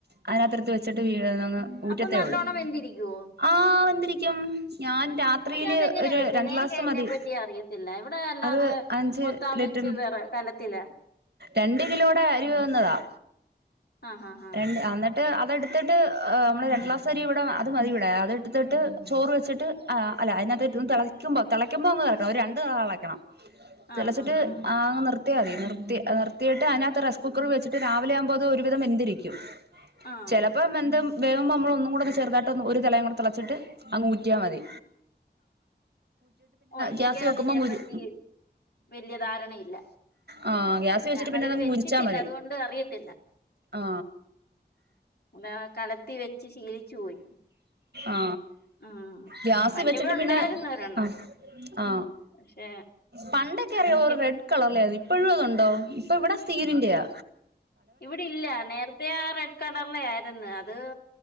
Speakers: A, on the right (about 70°); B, on the left (about 65°).
A: അതിനകത്ത് എടുത്ത് വെച്ചിട്ട് വീ ഏ ഊറ്റത്തേ
B: അപ്പൊ നല്ലോണം
A: ഉള്ളു.
B: വെന്തിരിക്കുവോ
A: ആ വെന്തിരിക്കും. ഞാൻ രാത്രിയില്
B: അതിനകത്ത് എങ്ങനെയാ
A: ഒരു
B: വെക്കുന്നെ
A: രണ്ട് ക്ലാസ്
B: എനിക്ക് അതിനെ
A: മതി.
B: പറ്റി അറിയത്തില്ല ഇവിടെ അല്ലാതെ
A: അത് അഞ്ച്
B: പൊത്താൻ
A: ലിറ്റ
B: വെച്ച് വിറ കലത്തില
A: രണ്ട് കിലോടെ അരിവേവുന്നതാ.
B: ആഹ് ആഹ്
A: രണ്ട് അന്നിട്ട് അതെടുത്തിട്ട് നമ്മള് രണ്ട് ഗ്ലാസ് അരി ഇവിടെ അത് മതി ഇവിടെ അതെടുത്തിട്ട് ചോറ് വ വെച്ചിട്ട് അതിനകത്തിട്ട് തിളക്കുമ്പോ തിളക്കുമ്പോ അങ്ങ് ഇറക്കണം. ഒരു രണ്ട് തിള തിളക്കണം. തിളച്ചിട്ട്
B: ആഹ് ആഹ് ആഹ്
A: ആ നി നിർത്തിയാ മതി നിർത്തി നിർത്തിട്ട് അതിനകത്ത് റൈസ് കുക്കറിൽ വെച്ചിട്ട് രാവിലെ ആവുമ്പോ ഒരുവിധം വെന്തിരിക്കും.
B: ആഹ്
A: ചിലപ്പം വെന്ത് വേവുമ്പോ നമ്മള് ഒന്നും കൂടെ ഒന്ന് ചെറുതാട്ട് ഒന്ന് ഒരു തിളയു കൂടെ തിളച്ചിട്ട് അങ്ഊ റ്റിയാമതി.
B: ഓ എനിക്ക്
A: ഗ്യാസ് വെക്കുമ്പോൾ
B: അതിനെ
A: മുരി
B: പറ്റി വല്യ ധാരണയില്ല.
A: ആ ഗ്യാസ് വെച്ചിട്ട്
B: ഞാനതില്
A: പിന്നെ അതങ്ങ്
B: വെച്ചിട്ടില്ല
A: മുരിച്ചാൽ മതി
B: അതുകൊണ്ട് അറിയത്തില്ല.
A: ആ
B: ആ കലത്തി വെച്ച് ശീലിച്ചു പോയി.
A: ആ
B: ഉം
A: ഗ്യാ-
B: പണ്ടിവിടെ
A: വച്ചിട്ട്
B: ഉണ്ടായിരുന്നു
A: പിന്നെ
B: ഒരെണ്ണം
A: ആ ആ
B: പക്ഷെ
A: പണ്ടൊക്കെ അറിയോ
B: എനിക്ക്
A: റെഡ് കളറിലായിരുന്നു ഇപ്പോഴും അതുണ്ടോ? ഇപ്പൊ ഇവിടെ സ്റ്റീലന്റെയാ.
B: ഇവിടില്ല നേരത്തെ ആ റെഡ് കളറിന്റെ ആയിരുന്നു അത്